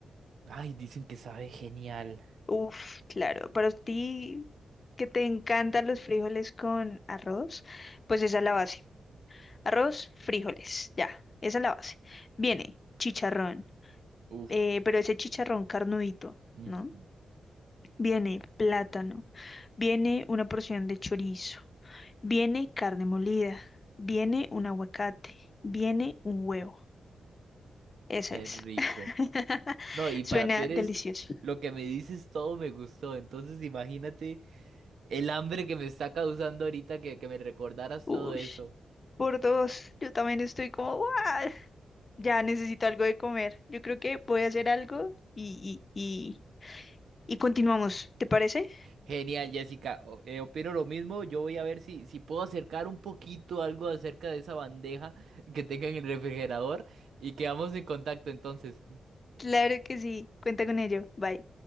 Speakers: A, on the right; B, on the left.
A: Ay, dicen que sabe genial.
B: Uf, claro. Para ti que te encantan los frijoles con arroz, pues esa es la base. Arroz, frijoles, ya, esa es la base. Viene chicharrón,
A: uff
B: eh, pero ese chicharrón carnudito.
A: ujú,
B: ¿no? Viene plátano, viene una porción de chorizo, viene carne molida, viene un aguacate, viene un huevo. Eso
A: qué
B: es.
A: rico.
B: <laughs>
A: No, y
B: Suena
A: para peores,
B: delicioso.
A: lo que me dices todo me gustó. Entonces, imagínate. El hambre que me está causando ahorita que, que me recordaras
B: Uy,
A: todo eso.
B: por dos. Yo también estoy como, ¡guau! Ya necesito algo de comer. Yo creo que voy a hacer algo y, y, y, y continuamos. ¿Te parece?
A: Genial, Jessica. O- eh, opino lo mismo. Yo voy a ver si, si puedo acercar un poquito algo acerca de esa bandeja que tenga en el refrigerador y quedamos en contacto entonces.
B: Claro que sí. Cuenta con ello. Bye.